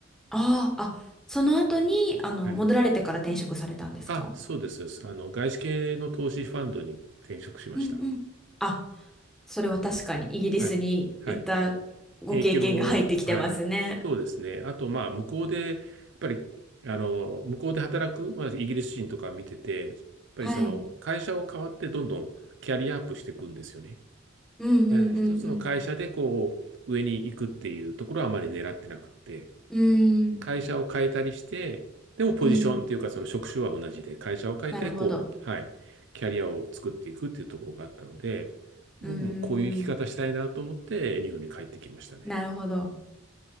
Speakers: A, in the centre; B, on the right.
A: ああ、あ、その後に、あの、
B: はい。
A: 戻られてから転職されたんですか
B: あ、そうです。そうですあの、外資系の投資ファンドに転職しました。
A: うんうん。あ、それは確かにイギリスに行った
B: はい。はい。
A: ご経験が入ってきてますね。
B: 影響、はい。そうですね。あと、まあ、向こうで、やっぱり、あの、向こうで働く、まあ、イギリス人とか見てて、やっぱりその、
A: はい。
B: 会社を変わってどんどんキャリアアップしていくんですよね。
A: うんうんうん
B: だから一つの会社で、こう、上に行くっていうところはあまり狙ってなくって、
A: うん。うーん、
B: 会社を変えたりして、でもポジションっていうか、
A: うん。
B: その職種は同じで、会社を変えて、
A: なるほど。
B: こう、はい、キャリアを作っていくっていうところがあったので、僕もこういう生き方したいなと思って、
A: うーん、
B: 日本に帰ってきましたね。
A: なるほど。